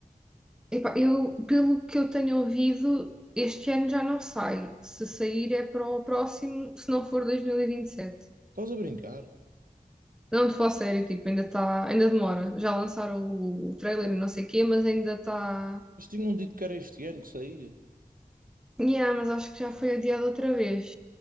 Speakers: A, in the centre; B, on the right.
A: Epá, eu, pelo que eu tenho ouvido, este ano já não sai. Se sair é para o próximo, se não for 2027.
B: Estás a brincar?
A: Não, de falar sério, tipo, ainda está, ainda demora. Já lançaram o, o trailer e não sei o quê, mas ainda está.
B: Mas tinham dito que era este ano que saía.
A: Yeah, mas acho que já foi adiado outra vez.